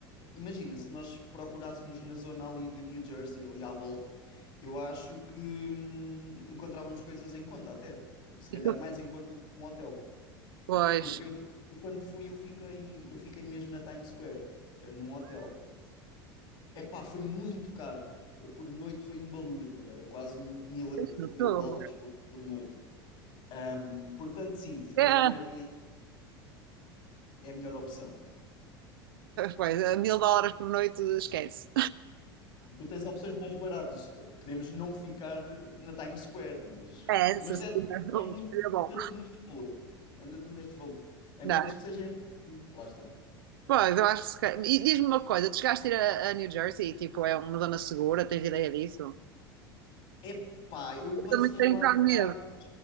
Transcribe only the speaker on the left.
imagina, se nós procurássemos na zona ali de New Jersey, ali à volta, eu acho que hum, encontrávamos coisas em conta até. Se calhar
mais em conta do que um hotel.
Porque eu, eu quando fui, eu fiquei, eu fiquei mesmo na Times Square, eh, num hotel. Epá, foi muito caro. Eh, Por noite foi um balúrdio, era quase mil euros,
mil dólares por, por noite. Hum, Portanto, sim, se
calhar um Airbnb
é a melhor opção.
Tu tens opções mais baratas. Te- Podemos não ficar eh, na Times Square, mas, eh,
mas
é, é muito.
Anda tudo nestes valores. Anda tudo nestes valores. A
menos que seja Airbnb, lá está.
Epá, eu passei
lá
de
carro.